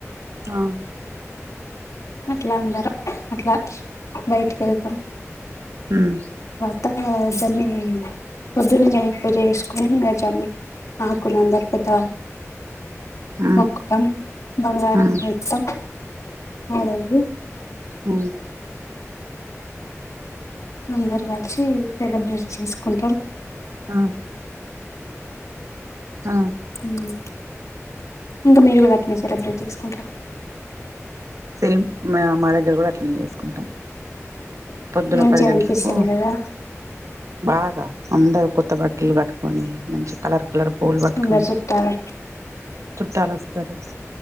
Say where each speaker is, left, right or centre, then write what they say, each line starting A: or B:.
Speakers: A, on the right; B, on the left.
A: ఆ.
B: అట్లా అందరం. అట్లా బయటికి వెళ్తాం.
A: ఉమ్.
B: అంతా జమ్మి పొద్దున్నే జమ్మి పూజ చేసుకుని ఇంగ జెమిని ఆకునంత్
A: హ్మ్
B: మోకుటం బంగారం
A: హ్మ్
B: ఇతం. ఆరోజు.
A: మ్
B: అందరూ కలిసి సెలెబ్రేట్ చేసుకుంటామ్.
A: ఆ. ఆ.
B: ఉమ్ ఇంకా మీరు కూడా అట్లనే సెలబ్రేట్ చేసుకుంటారా.
A: సేమ్ మా దగ్గర కూడా అట్లానే చేసుకుంటాం. పొద్దున
B: మంచిగా
A: పది గంటలకు
B: అనిపిస్తది కదా
A: బాగా. అందరు కొత్త బట్టలు కట్టుకొని మంచి కలర్ కలర్ ఫుల్ పట్టుకొని.
B: అందరు చుట్టాలు
A: చుట్టాలు వస్తారు.